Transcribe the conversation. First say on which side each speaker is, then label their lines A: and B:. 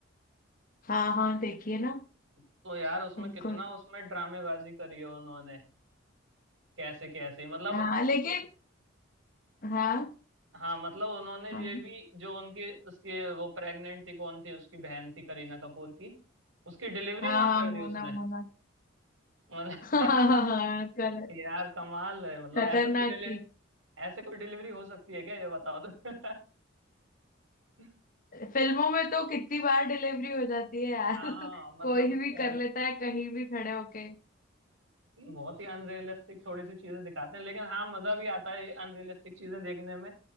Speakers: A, on the left; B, on the right.
A: हाँ हाँ देखिए ना
B: तो यार उसमें
A: बिल्कुल
B: कितना उसमें ड्रामेबाजी करी है उन्होंने कैसे कैसे मतलब
A: हाँ लेकिन हाँ
B: हाँ मतलब उन्होंने
A: हाँ
B: ये भी जो उनकी उसके वो प्रेग्नेंट थी कौन थी उसकी बहन थी करीना कपूर की उसकी डिलीवरी
A: हाँ
B: वहां
A: हाँ,
B: कर दी
A: मोना
B: उसने
A: मोना
B: मतलब
A: <laughs> हाँ हाँ हाँ, कर-
B: <laughs> यार कमाल है मतलब
A: खतरनाक
B: ऐसा कोई डिले
A: थी
B: ऐसे कोई डिलीवरी हो सकती है क्या ये बताओ तो <laughs>
A: फिल्मों में तो कितनी बार डिलीवरी हो जाती है यार
B: हाँ
A: <laughs>
B: मतलब
A: कोई भी
B: क्या
A: कर लेता है कहीं भी खड़े होके
B: बहुत ही अनरियलिस्टिक थोड़ी सी चीजें दिखाते हैं लेकिन हाँ मजा भी आता है ये अनरियलिस्टिक चीजें देखने में